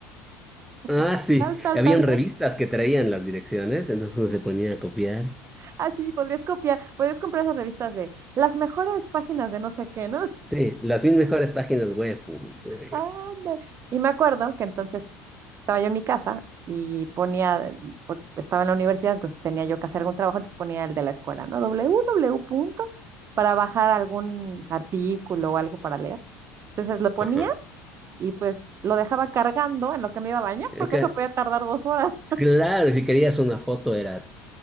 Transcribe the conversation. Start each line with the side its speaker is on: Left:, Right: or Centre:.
Centre: Ah,
Right: <laughs>
Centre: sí.
Right: tal, tal,
Centre: Habían
Right: tal, tal.
Centre: revistas que traían las direcciones, entonces uno se ponía a copiar.
Right: Así podrías copiar, podrías comprar esas revistas de las mejores páginas de no sé qué, ¿no?
Centre: Sí, las mil mejores páginas web. u- eh,
Right: Anda. Y me acuerdo que entonces pues, estaba yo en mi casa y ponía, por- estaba en la universidad, entonces tenía yo que hacer algún trabajo, entonces ponía el de la escuela, ¿no? www punto para bajar algún artículo o algo para leer. Entonces lo ponía
Centre: Ajá.
Right: y pues lo dejaba cargando en lo que me iba a bañar,
Centre: acá.
Right: porque eso podía tardar dos horas.
Centre: Claro, si querías una foto era